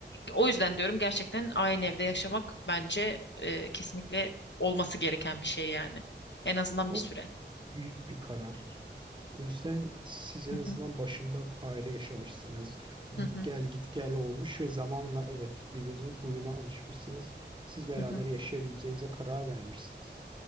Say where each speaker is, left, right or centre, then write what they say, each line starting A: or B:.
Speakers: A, on the left; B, on the right.
A: o yüzden diyorum gerçekten aynı evde yaşamak bence e, kesinlikle olması gereken bir şey yani. En azından
B: Bu
A: bir süre.
B: büyük bir karar. O yüzden siz en
A: Hı
B: azından
A: hı,
B: başında ayrı yaşamışsınız. Git
A: hı hı,
B: gel git gel olmuş ve zamanla evet birbirinizin huyuna alışmışsınız. Siz beraber
A: hı hı.
B: yaşayabileceğinize karar vermişsiniz.